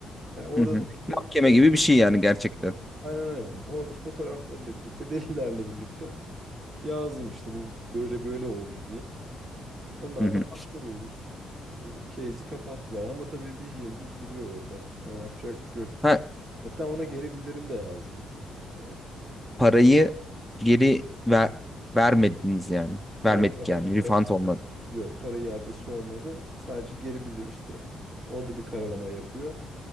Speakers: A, on the right (about 35°); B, in the centre.
A: Yani orada
B: hı hı.
A: da işte
B: Mahkeme
A: foto-
B: gibi bir şey yani gerçekten.
A: aynen aynen. Orada fotoğraflarıyla birlikte, delillerle birlikte yazdım işte bu böyle böyle oldu diye. Onlar
B: Hı hı.
A: da haklı bulursun. E, Case'i kapattılar ama tabii bir yıldız duruyor orada. Ona yapacak bir şey yok.
B: Ha
A: Hatta ona geri bildirim de yazdım. Ee,
B: parayı geri ver vermediniz yani.
A: hayır
B: Vermedik
A: para,
B: yani. Refund olmadı.
A: yok para iadesi olmadı. Sadece geri bildirim işte. Orada bir karalama yapıyor.